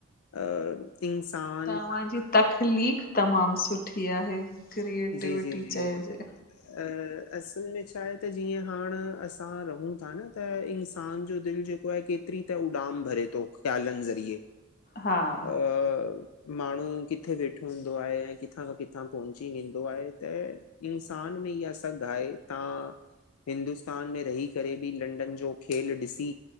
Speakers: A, on the left; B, on the left.
A: अ इन्सां
B: तव्हान्ॼी तखलीख तमाम सुठी आहे क्रिएटिविटी
A: जी जी जी
B: चइॼे
A: अ असल में छाहे त जीअं हांण असां रहूं था न त इंसान जो दिल जेको पोये केतरी त उॾाम भरे थो ख़्यालन ज़रिए
B: हा।
A: अ मांण्हूं कित्थे वेठो हूंदो आहे ऐं कित्थां खां कित्थां पहुंची ईंदो आहे त इंसान में इहा सघ् आहे तां हिंदुस्तान में रही करे ॿि लंडन ॼो खेल ॾिसी